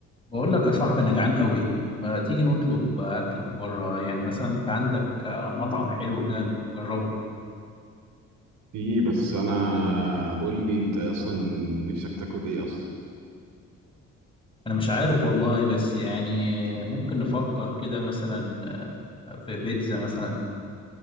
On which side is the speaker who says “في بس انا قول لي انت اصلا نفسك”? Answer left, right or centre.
Right